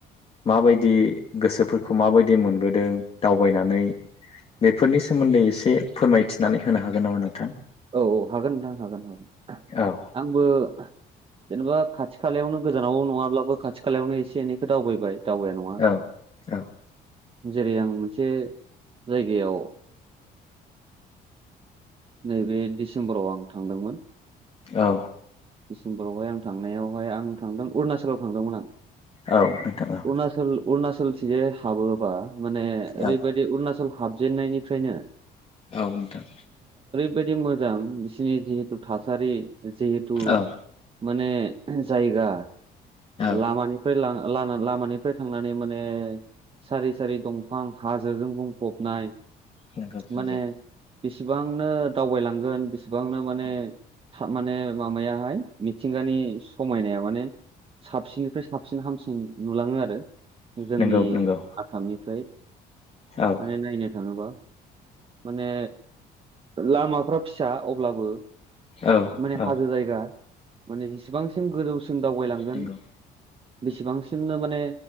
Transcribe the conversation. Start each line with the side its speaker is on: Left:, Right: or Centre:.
Left: माबायदि गोसोफोरखौ माबायदि मोनबोदों दावबायनानै बेफोरनि सोमोन्दै एसे फोरमायथिनानै होनो हागोन नामा नोंथां?
Right: औ औ हागोन नोंथां हागोन हागोन
Left: औ
Right: आंबो जेनेबा खाथि खाथि खालायावनो गोजानाव नङाब्लाबो खाथि खालायावनो एसे एनैखौ दावबायबाय। दावबाया नङा
Left: औ औ।
Right: जेरै आं मोनसे जायगायाव ओ नैबे डिसेम्बराव आं थांदोंमोन।
Left: औ।
Right: दिडसिम्बरावहाय आं थांनायावहाय आं थांदों अरुणाचलाव थांदोंमोन आं।
Left: औ। नोंथां औ
Right: अरुणचल अरुणाचलथिंजाय हाबोबा माने
Left: औ
Right: ओरैबायदि अरुणाचल हाबजेननायनिफ्रायनो
Left: औ नोंथां।
Right: बायदि मोजां बिसोरनि जिहेथु थासारि जिहेथु
Left: औ
Right: माने जायगा
Left: औ
Right: लामानिफ्राय लाना ला लामानिफ्राय थांनानै माने सारि सारि दंफां हाजोजों बुंफबनाय।
Left: नंगौ
Right: माने
Left: नंगौ।
Right: बेसेबांनो दावबायलांगोन बेसेबांनो माने
Left: नंगौ
Right: था माने माबायाहाय मिथिंगानि समायनाया माने साबसिननिफ्राय साबसिन हाम नुलाङो आरो जोंनि
Left: नंगौ नंगौ
Right: आसामनिफ्राय
Left: औ
Right: माने नायनो थाङोबा माने लामाफ्रा फिसा अब्लाबो
Left: औ
Right: माने
Left: औ
Right: हाजो जायगा माने जेसिबांसिम गोजौसिम दावबायलांगोन
Left: नंगौ
Right: बेसेबांसिमनो माने